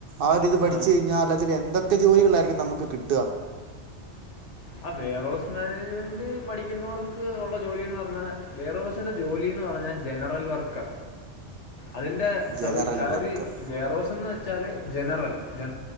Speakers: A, on the right; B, on the left.
A: ആതിൽ പഠിച്ചു
B: ആ
A: കഴിഞ്ഞാൽ അതിൽ എന്തൊക്കെ ജോലികളായിരിക്കും. നമുക്ക് കിട്ട.
B: ആ വേർഹൗസ് മാനേജ്മെന്റ് പഠിക്കുന്നവർക്ക് ഉള്ള ജോലിന്ന് പറഞ്ഞാ വേർഹൗസിന്റെ ജോലി. ന്ന് പറഞ്ഞൽ ജനറൽ വർക്കാ. അതിന്റെ സവി
A: ജനറൽ
B: ആ
A: വർക്കർ
B: ആതയാത് വേറോസ്ന്ന് വെച്ചാല് ജനറൽ ജനറൽ.